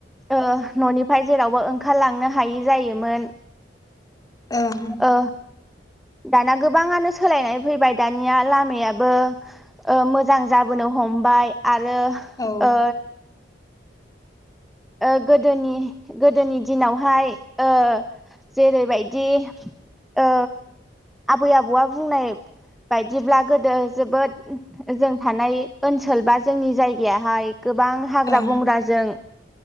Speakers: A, in the centre; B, on the left (about 20°).
A: ओ न'निफ्राय जेरावबो ओंखारलांनो हायि जायोमोन।
B: ओं।
A: ओ दाना गोबाङानो सोलायनाय फैबाय दानिया लामायाबो ओ मोजां ओ जाबोनो हमबाय आरो
B: औ
A: ओ ओ गोदोनि गोदोनि दिनावहाय ओ जेरैबायदि ओ आबै आबौआ बुंनाय बायदिब्ला गोदो जोबोद जों थानाय ओनसोल बा जोंनि जायगायाहाय गोबां हाग्रा
B: ओं
A: बंग्राजों